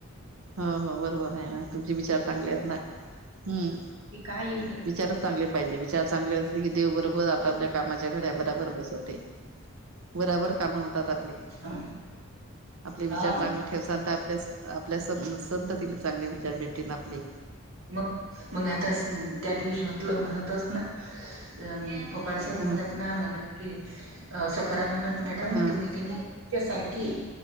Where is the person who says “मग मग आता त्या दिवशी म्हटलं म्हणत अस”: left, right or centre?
Right